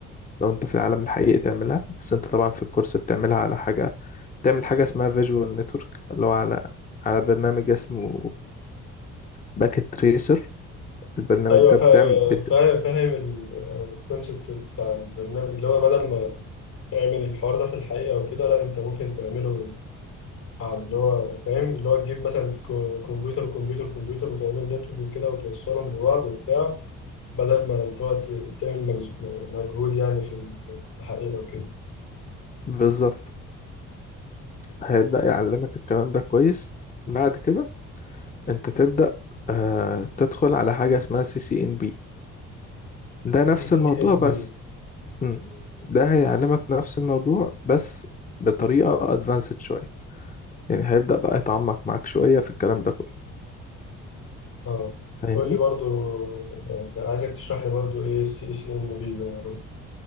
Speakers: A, on the left; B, on the left.
A: لو انت في العالم الحقيقي تعملها بس انت طبعا في الكورس بتعملها على حاجة تعمل حاجة اسمها فيجوال نتورك اللي هو على على برنامج اسمه باكيت تريسر البرنامج
B: ايوه
A: ده
B: فا-
A: بتعمل بت...
B: فا- فاهم الكونسبت بتاع البرنامج اللي هو بدل ما تعمل الحوار ده في الحقيقة وكده لا انت ممكن تعمله على اللي هو فاهم اللي هو تجيب مثلا كو- كمبيوتر وكمبيوتر وكمبيوتر وتعمل نتورك كده وتوصلهم لبعض وبتاع بدل ما اللي هو ت- تعمل مجز- مجهود يعني في الحقيقة وكده
A: بالظبط هيبدأ يعلمك الكلام ده كويس بعد كده انت تبدأ آه تدخل على حاجة اسمها سي سي ان بي ده
B: سي
A: نفس
B: سي
A: الموضوع
B: ام
A: بس
B: بي
A: مم. ده هيعلمك نفس الموضوع بس بطريقة ادفانسد شوية يعني هيبدأ بقى يتعمق معاك شوية في الكلام ده كله
B: اه
A: فاهمني؟
B: قول لي برضو يعني عايزك تشرح لي برضو ايه السي سي ام بي ده يا رب